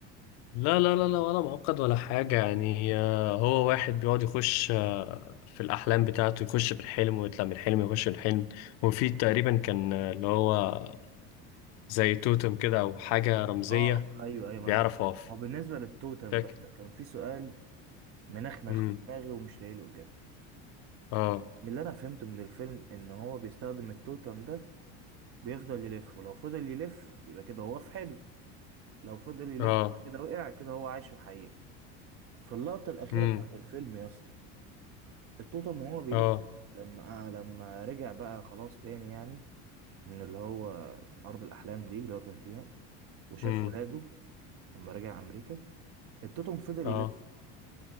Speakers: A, on the left; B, on the right.
A: لا لا لا لا ولا معقد ولا حاجة يعني آه، هو واحد بيقعد يخش آه، في الأحلام بتاعته يخش في الحلم ويطلع من الحلم يخش في الحلم وفي تقريبا كان آه، اللي هو زي توتم كده أو حاجة رمزية
B: اه ايوه ايوه
A: بيعرف
B: ما انا عارف
A: أقف
B: هو بالنسبة للتوتم
A: فاكر
B: بقى كان في سؤال منخنخ
A: أمم
B: في دماغي ومش لاقي له اجابة
A: أه
B: من اللي انا فهمته من الفيلم ان هو بيستخدم التوتم ده بيفضل يلف ولو فضل يلف يبقى كده هو في حلم لو فضل يلف
A: أه
B: كده وقع كده هو عايش في الحقيقة في اللقطة الأخيرة
A: أمم
B: بتاعت الفيلم يا اسطى التوتم وهو بيلف
A: أه
B: لما لما رجع بقى خلاص تاني يعني من اللي هو من أرض الأحلام دي اللي هو كان فيها وشاف
A: أمم
B: ولاده لما رجع أمريكا التوتم فضل
A: أه
B: يلف